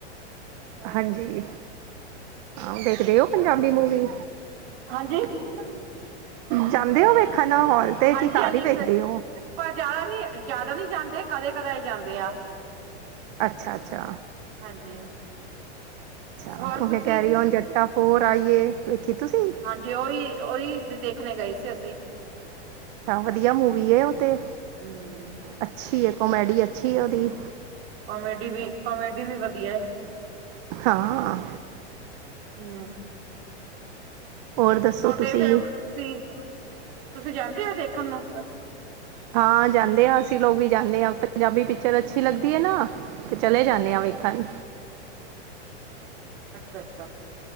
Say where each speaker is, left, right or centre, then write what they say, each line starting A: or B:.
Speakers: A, on the right; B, on the right.
A: ਹੂੰ
B: ਹਾਂਜੀ ਆਹ ਦੇਖਦੇ ਹੋ ਪੰਜਾਬੀ ਮੂਵੀ
A: ਹਾਂਜੀ
B: ਜਾਂਦੇ ਹੋ ਵੇਖਣ, ਹੋਲ ਤੇ
A: ਹਾਂਜੀ
B: ਕੀ ਕਾਰ
A: ਹਾਂਜੀ
B: ਹੀ ਵੇਖਦੇ
A: ਸ
B: ਹੋ
A: ਪਰ ਜ਼ਿਆਦਾ ਨੀ ਜ਼ਿਆਦਾ ਨਹੀਂ ਜਾਂਦੇ, ਕਦੇ ਕਦਏ ਜਾਂਦੇ ਆ
B: ਅੱਛਾ -ਅੱਛਾ
A: ਹਾਂਜੀ
B: ਅ
A: ਹੋਰ
B: ਉਹਨੇ
A: ਤੁਸੀਂ
B: ਕੈਰੀ ਓਨ ਜੱਟਾ ਫੋਰ ਆਈਏ ਵੇਖੀ ਤੁਸੀਂ
A: ਹਾਂਜੀ ਉਹੀ ਉਹੀ ਦੇਖਣੇ ਗਏ ਸੀ, ਅਸੀਂ
B: ਅੱਛਾ ਵਧੀਆ ਮੂਵੀ ਹੈ, ਉਹ ਤੇ
A: ਹਮ
B: ਅੱਛੀ ਕੋਮੇਡੀ ਅੱਛੀ ਉਹਦੀ
A: ਕੋਮੇਡੀ ਵੀ ਕੋਾਮੇਡੀ ਵੀ ਵਧੀਆ ਹੈ
B: ਹਾਂ
A: ਹੂੰ
B: ਹੋਰ ਦੱਸੋ
A: ਤੁਹਾਡੇ
B: ਤੁਸੀਂ
A: ਫੇਰ ਤੁਸੀਂ, ਤੁਸੀਂ ਜਾਂਦੇ ਹੋ ਦੇਖਣ ਨੂੰ
B: ਹਾਂ ਜਾਂਦੇ ਹਾਂ ਅਸੀਂ ਲੋਕ ਵੀ ਜਾਂਦੇ ਹਾਂ, ਪੰਜਾਬੀ ਪਿਕਚਰ ਅੱਛੀ ਲੱਗਦੀ ਹੈ
A: ਹਮ
B: ਨਾ। ਤੇ ਚਲੇ ਜਾਂਦੇ ਆ ਵੇਖਣ
A: ਅੱਛਾ -ਅੱਛਾ